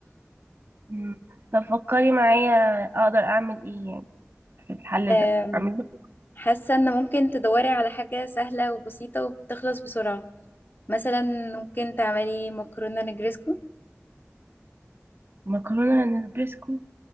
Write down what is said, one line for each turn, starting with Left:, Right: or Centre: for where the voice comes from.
Right: مم. طب فكري معايا اقدر اعمل ايه يعني في الحل
Left: أم،
Right: ده اعمل له
Left: حاسة ان ممكن تدوري على حاجة سهلة وبسيطة وبتخلص بسرعة مثلا ممكن تعملي مكرونة نجريسكو
Right: مكرونه نجريسكو